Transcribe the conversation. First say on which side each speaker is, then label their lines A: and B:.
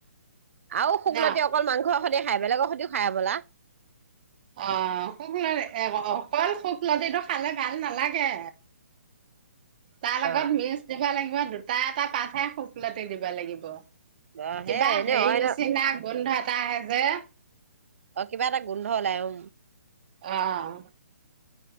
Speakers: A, on the right; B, on the right.
A: আও
B: ন
A: শুকলতি অকল মাংস সতে খাই, বেলেগৰ সৈতিও খাই হবলা
B: অ শু অকল শুকলতিটো খালে ভাল নালাগে। তাৰ লগত
A: অ
B: মিজ দিব লাগে তোমাৰ দুটা এটা পাতহে শুকলাতি দিবা লাগিব।
A: অ সেয়াই
B: কিবা
A: এনে
B: হেৰি
A: অইন
B: নিচিনা গোন্ধ এটা হে জে
A: অ কিবা এটা গোন্ধ ওলাই অও
B: অহ